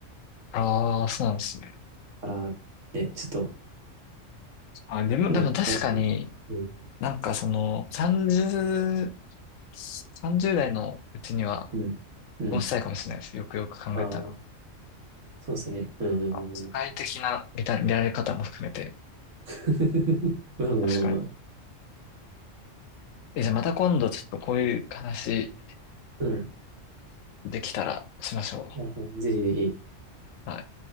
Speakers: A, on the left; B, on the right.
A: ああ、そうなんですね。
B: から、ね、ちょっと、
A: あ、でも、
B: なんか、
A: なんか確かに、
B: あそううん、
A: なんかその、30、30代のうちには
B: うん、うん、
A: 結婚したいかもしれないです。よくよく考えたら。
B: ああ、そうですね、うん、うんうんうん
A: 社会的な見た、見られ方も含めて。
B: <laughs> まあまあまあまあ、
A: 確かに。え、じゃあまた今度ちょっとこういう話
B: うん、
A: できたらしましょ
B: まあぜひぜひ。
A: う。はい。